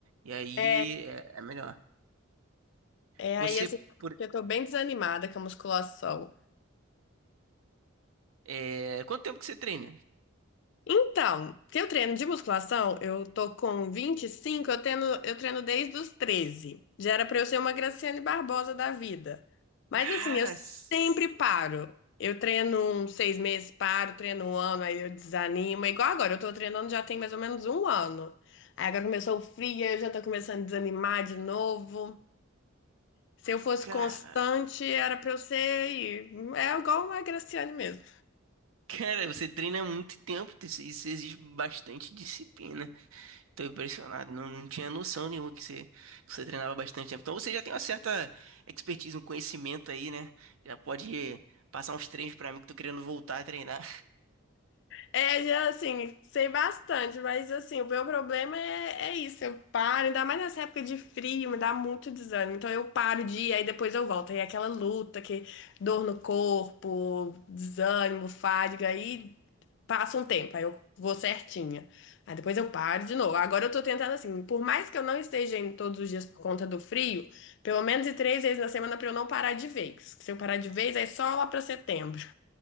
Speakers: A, on the right (about 75°); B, on the left (about 55°).
A: E aí
B: É,
A: é, é melhor.
B: é
A: Você,
B: aí assim,
A: por,
B: eu tô bem desanimada com a musculação.
A: é, quanto tempo que você treina?
B: Então, se eu treino de musculação, eu tô com 25. eu treino, eu treino desde os 13. Já era pra eu ser uma Graciane Barbosa da vida. Mas
A: Cara,
B: assim, eu sempre
A: s-
B: paro. Eu treino uns seis meses, paro, treino um ano, aí eu desanimo. É Igual agora, eu tô treinando já tem mais ou menos um ano. Aí agora começou o frio, aí eu já tô começando a desanimar de novo. Se eu fosse
A: cara,
B: constante, era pra eu ser. É igual uma Graciane mesmo.
A: cara, você treina há muito tempo, isso isso exige bastante disciplina. Tô impressionado, não, não tinha noção nenhuma que você, que você treinava bastante tempo. Então você já tem uma certa expertise, um conhecimento aí, né? Já pode passar uns treinos pra mim que tô querendo voltar a treinar.
B: É, assim, sei bastante, mas assim, o meu problema é, é isso, eu paro, ainda mais nessa época de frio, me dá muito desânimo. Então eu paro de ir, aí depois eu volto. Aí é aquela luta que dor no corpo, desânimo, fadiga, aí passa um tempo, aí eu vou certinha. Aí depois eu paro de novo. Agora eu tô tentando assim, por mais que eu não esteja indo todos os dias por conta do frio, pelo menos de três vezes na semana pra eu não parar de vez. Se eu parar de vez, é só lá pra setembro.